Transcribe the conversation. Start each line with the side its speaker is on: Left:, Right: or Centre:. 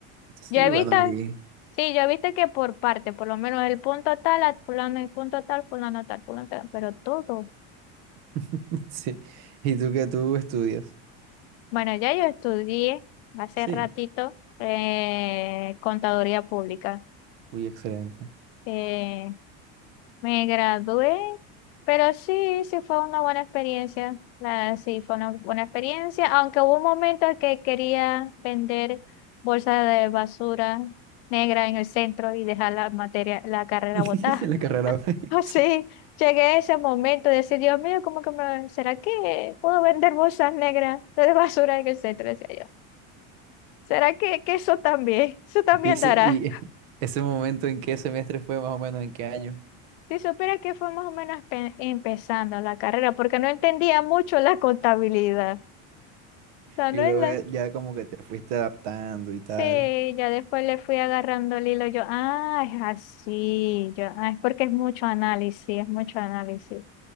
Right: Sí,
Left: Ya
Right: bueno,
Left: visto?
Right: ahí.
Left: Sí, ya viste que por parte, por lo menos el punto tal, a fulano, el punto tal, fulano tal, fulano tal, pero todo.
Right: <laughs> Sí. ¿Y tú qué tú estudias?
Left: Bueno, ya yo estudié hace
Right: Sí.
Left: ratito eh, contaduría pública.
Right: Uy, excelente.
Left: Eh, me gradué, pero sí, sí fue una buena experiencia. La- sí, fue una buena experiencia, aunque hubo un momento en que quería vender bolsas de basura negra en el centro y dejar la materia, la carrera
Right: <laughs>
Left: botada.
Right: La carrera. fue-
Left: Así
Right: <laughs> sí.
Left: llegué a ese momento de decir, Dios mío, ¿cómo que me, será que puedo vender bolsas negras de basura en el centro? Decía yo. ¿Será que, que eso también, eso también
Right: Y ese,
Left: dará?
Right: y ese momento en qué semestre fue más o menos, en qué año.
Left: Si supiera que fue más o menos pe- empezando la carrera, porque no entendía mucho la contabilidad. O sea,
Right: Y
Left: no
Right: luego
Left: es la-
Right: ya, ya como que te fuiste adaptando y tal.
Left: Sí, ya después le fui agarrando el hilo, yo, ah, es así, yo, ah, es porque es mucho análisis, es mucho análisis.